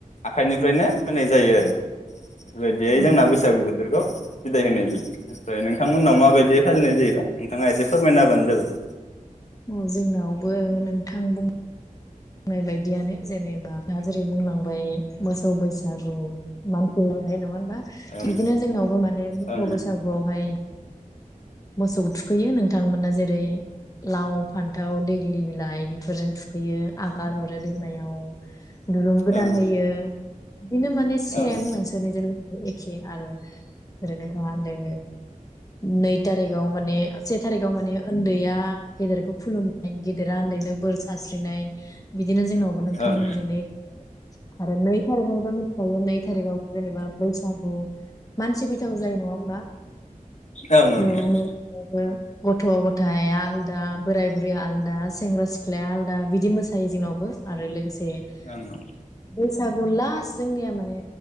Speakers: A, on the left; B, on the left.
A: आखाइनिफ्रायनो होनाय जायो आरो। बेबायदि
B: औ
A: जोंना बैसागु बेखौ सिदाय होनाय जायो ओमफ्राय नोंथांमोननाव माबायदि फालिनाय जायोबा नोंथाङा एसे फोरमायनाबानो जाबाय
B: औ जोंनावबो नोंथां बुं बुंनाय बायदियानो जेनेबा दा जेरै बुंलांबाय मोसौ बैसागु मानसि बहथाय नङा बा थि
A: ओं
B: बिदिनो जोंनावबो माने मोसौ
A: ओं
B: बैसागुआवहाय मोसौखौ थुखैयो नोंथांमोना जेरै लाव फान्थाव दैग्लि बिलाइ बेफोरजों थुखैयो। आगार हरो दैमायाव दुरुं गोदान
A: ओं
B: होयो। बिदिनो माने सेम
A: ओं ओं
B: नोंसोरनि जेनेबा। एखे आरो <unintelligible> नै थारिखाव माने से थारिखाव माने उन्दैया गेदेरखौ खुलुमनाय गेदेरा उन्दैनो बोर सारस्रिनाय बि दिनो जोंनावबो नोंथांमोननिजोंनो
A: ओं
B: ए आरो नै खथ मोनथिखायो नै थारिगाव जेनेबा बैसागु मानसि बैसागु जायो नङा होनबा?
A: ओं
B: <unintelligible> गथ' गथाय आलदा, बोराय बुरैया आलदा, सेंग्रा सिख्लाया आलदा बिदि मो सायो जोंनावबो आरो लोगोसे से
A: ओं ओं
B: बैसागु लास जोंनिया माने